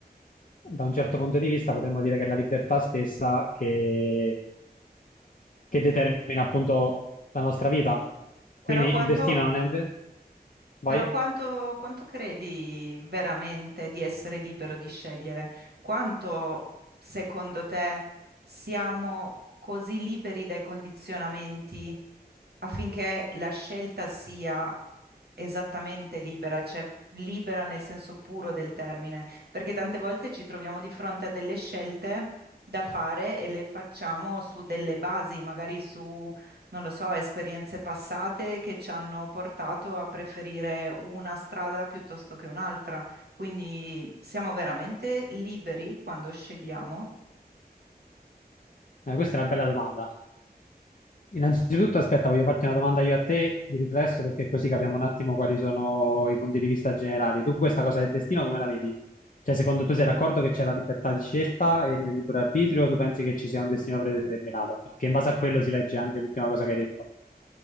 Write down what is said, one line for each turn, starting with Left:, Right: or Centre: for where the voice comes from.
Left: da un certo punto di vista potremmo dire che è la libertà stessa che, che determina appunto la nostra vita. Quindi
Right: Però quanto,
Left: il destino non è un... de- Vai?
Right: Però quanto, quanto credi veramente di essere libero di scegliere? Quanto, secondo te, siamo così liberi dai condizionamenti affinché la scelta sia esattamente libera, cioè libera nel senso puro del termine? Perché tante volte ci troviamo di fronte a delle scelte da fare e le facciamo su delle basi, magari su non lo so, esperienze passate che ci hanno portato a preferire una strada piuttosto che un'altra. Quindi siamo veramente liberi quando scegliamo.
Left: Eh, questa è una bella domanda. Innanzitutto, aspetta, voglio farti una domanda io a te di riflesso perché così capiamo un attimo quali sono i punti di vista generali. Tu questa cosa del destino come la vedi? Cioè, secondo tu sei d'accordo che c'è la libertà di scelta e il libero arbitrio o tu pensi che ci sia un destino predeterminato? Perché in base a quello si legge anche l'ultima cosa che hai detto.